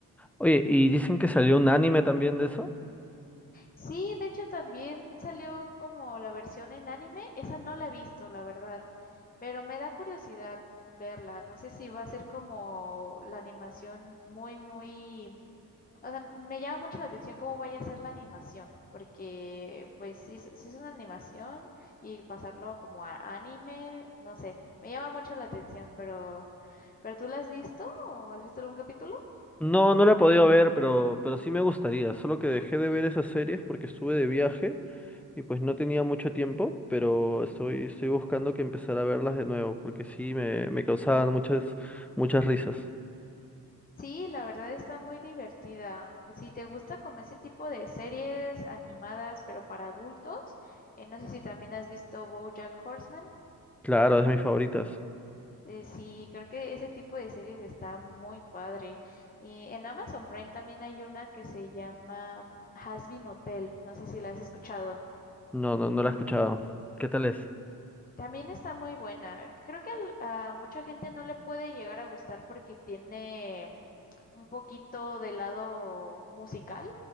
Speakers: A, in the centre; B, on the left.
A: Oye, ¿y dicen que salió un anime también de eso?
B: Sí, de hecho también salió como la versión en anime. Esa no la he visto, la verdad, pero me da curiosidad verla. No sé si va a ser como la animación muy, muy... O sea, me llama mucho la atención cómo vaya a ser la animación, porque pues si, es si es una animación y pasarlo como a anime, no sé, me llama mucho la atención, pero, ¿pero tú la has visto o has visto algún capítulo?
A: No, no la he podido ver, pero, pero sí me gustaría. Solo que dejé de ver esas series porque estuve de viaje y pues no tenía mucho tiempo, pero estoy, estoy buscando que empezar a verlas de nuevo porque sí me, me causaban muchas, muchas risas.
B: Sí, la verdad está muy divertida. Si te gusta como ese tipo de series animadas, pero para adultos, eh, no sé si también has visto BoJack Horseman.
A: Claro, es de mis favoritas.
B: eh, sí, creo que ese tipo de series está muy padre. Y en Amazon Prime también hay una que se llama Hazbin Hotel. No sé si la has escuchado.
A: No, no, no la he escuchado. ¿Qué tal es?
B: También está muy buena. Creo que al- a mucha gente no le puede llegar a gustar porque tiene un poquito de lado musical.